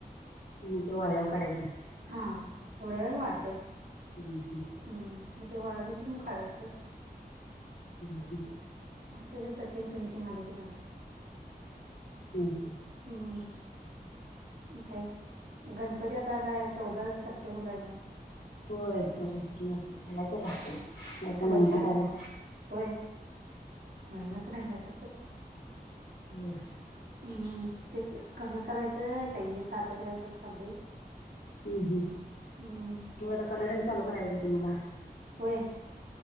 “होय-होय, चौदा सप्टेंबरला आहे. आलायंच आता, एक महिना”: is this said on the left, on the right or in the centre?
Left